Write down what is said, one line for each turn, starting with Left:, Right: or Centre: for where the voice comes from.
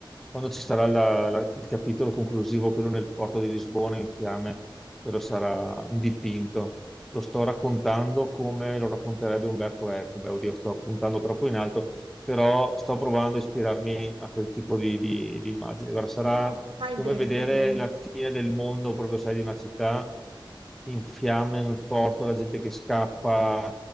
Centre: quando ci sarà la- la- il capitolo conclusivo, quello nel porto di Lisbona in fiamme, quello sarà un dipinto. Lo sto raccontando come lo racconterebbe Umberto Eco. Beh, oddio, sto puntando troppo in alto, però sto provando a ispirarmi a quel tipo di, di- di immagine. Guarda, sarà
Right: No, no, fai
Centre: come
Right: bene,
Centre: vedere
Right: fai bene.
Centre: la fine del mondo, proprio sai, di una città in fiamme nel porto, la gente che scappa.